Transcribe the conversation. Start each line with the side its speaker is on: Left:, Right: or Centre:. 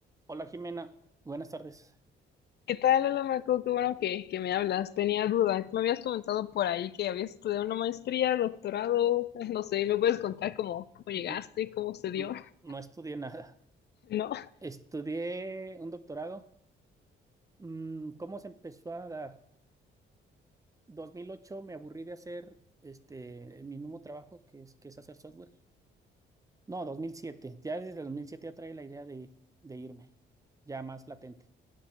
Right: Hola Jimena, buenas tardes.
Left: ¿Qué tal, Hola Marco? Qué bueno que, que me hablas. Tenía dudas. Me habías comentado por ahí que habías estudiado una maestría, doctorado, <laughs> no sé, ¿me puedes contar cómo, cómo llegaste,
Right: No,
Left: cómo se
Right: n-
Left: dio? <laughs>
Right: no estudié nada.
Left: ¿No?
Right: Estudié un doctorado. Mm, ¿Cómo se empezó a dar? 2008 me aburrí de hacer este, mi mismo trabajo, que es, que es hacer software. No, 2007. Ya desde el 2007 ya trae la idea de, de irme, ya más latente.